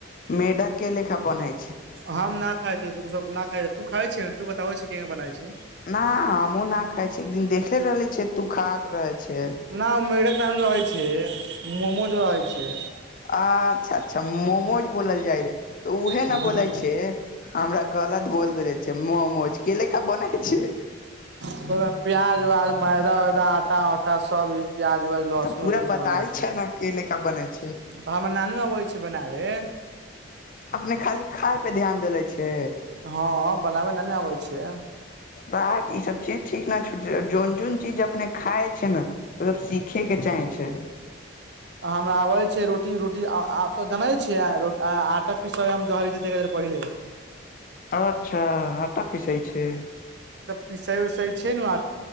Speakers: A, on the left; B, on the right.
A: मेढ़क के लेखा बनइ
B: हम न खाइ छै उ सब खाय छै तू खाय छ तू बताबै छै केंगा बनाय छै
A: न हमहुँ न खाय छियै एक दिन देखले रहले छै तू खात रहे छै
B: न उ मेढ़क ना रहै छै मोमोजो रहै छै
A: अच्छा अच्छा मोमोज बोलल जाय रहे तऽ उहे
B: हूँ
A: न बोलै छै हमरा गलत बोल दे रहै छै मोमोज केे लेखा बनाइ छै
B: ओहिमे प्याज उयाज मैदा उदा आटा उटा सब ई प्याज व्याज लसनसु
A: तऽ पूरा बताबै
B: बनाय छै
A: ने के लेखा बनै छै
B: तऽ हमरा नानू अबै छै बनाबे
A: अपने खाली खाय पे ध्यान देेले छै
B: हँ बनाबे नानू आबै छै
A: भाक ई सब चीज ठीक ने ज जोन जोन चीज अपने खाय छे न एक बेर सीखे के चाहे छे
B: हमरा आबै छै रोटी रोटी रोटी आ आब र जानै छै आ आटा पिस जै छै ते य दुआरे पहिले
A: अच्छा आटा पिसै छै
B: पिसइ उसई छै ने आ